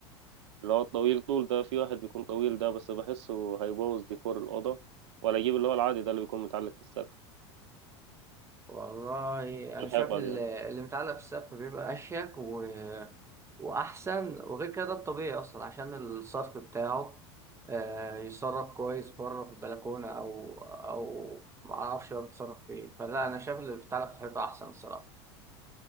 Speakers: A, on the right (about 80°); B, on the right (about 20°).
A: اللي هو الطويل طول ده في واحد بيكون طويل ده بس بحسه هيبوظ ديكور الأوضة ولا أجيب اللي هو العادي ده اللي بيكون متعلق في السقف
B: والله أنا
A: الحيطة
B: شايف ال-
A: دي
B: اللي متعلق في السقف بيبقى أشيك و... وأحسن وغير كده ده الطبيعي أصلا عشان الصرف بتاعه آه، يتصرف كويس بره في البلكونة أو أو معرفش بقى بيتصرف فين فلا أنا شايف اللي بيتعلق في الحيطة أحسن الصراحة